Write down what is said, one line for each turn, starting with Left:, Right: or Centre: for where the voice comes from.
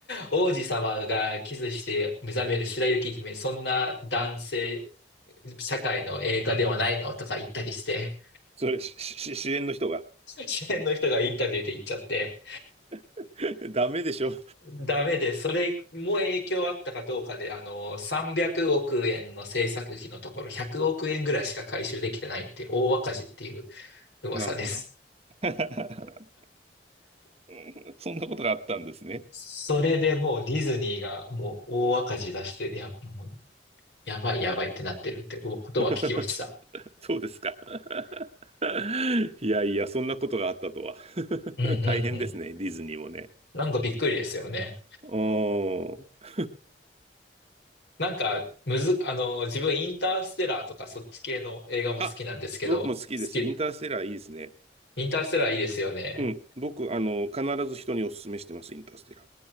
Left: 王子様がキスして目覚める白雪姫、そんな男性、社会の映画ではないのとか言ったりして、
Right: それ、し、し、支援の人が
Left: 主演の人がインタビューで言っちゃって、
Right: <laughs>。ダメでしょ。
Left: ダメで、それも影響あったかどうかで、あの、300億円の制作費のところ、100億円ぐらいしか回収できてないって大赤字っていう噂です。
Right: なるほど。<laughs> うんそんなことがあったんですね。
Left: それでもうディズニーがもう大赤字出して、いや、もうやばいやばいってなってるってことは聞きました。
Right: <laughs> そうですか。<laughs> いやいや、そんなことがあったとは。<laughs>
Left: うんうんうん。
Right: 大変ですね、ディズニーもね。
Left: なんかびっくりですよね。
Right: おー。
Left: なんか、むず、あの、自分インターステラーとかそっち系の映画も好きなんですけど、
Right: <laughs> あ、僕も好きです。
Left: 好き、
Right: インターステラーいいですね。
Left: インターステラーいいですよね。
Right: うん。僕、あの、必ず人にお勧めしてます、インターステラー。